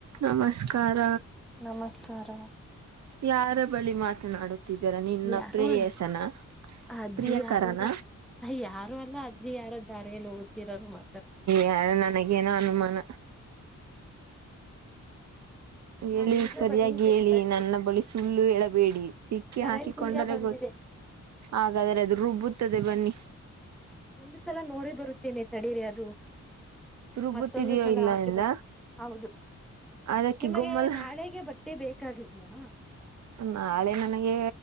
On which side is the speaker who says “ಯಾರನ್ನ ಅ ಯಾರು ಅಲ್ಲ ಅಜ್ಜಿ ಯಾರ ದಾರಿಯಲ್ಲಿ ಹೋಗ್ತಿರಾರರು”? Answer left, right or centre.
Centre